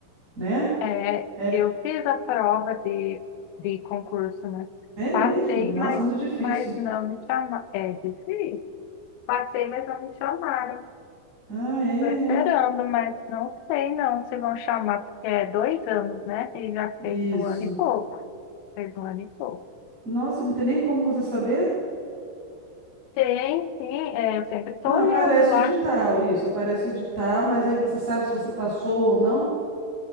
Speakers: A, on the right (about 20°); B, on the left (about 75°).
A: né?
B: é,
A: É,
B: eu fiz a prova de, de concurso, né?
A: é mesmo.
B: Passei,
A: Nossa,
B: mas,
A: muito difícil.
B: mas não me chamaram. É difícil. Passei, mas não me chamaram.
A: Ah, é.
B: Tô esperando,
A: é.
B: mas não sei não se vão chamar, porque é dois anos, né? Ele já
A: Isso.
B: fez um ano e pouco. Fez um ano e pouco.
A: Nossa, não tem nem como você saber?
B: Tem, sim, é, eu sempre estou
A: Não,
B: olhando
A: aparece
B: lá,
A: o edital, isso, aparece o edital, mas aí você sabe se você passou ou não?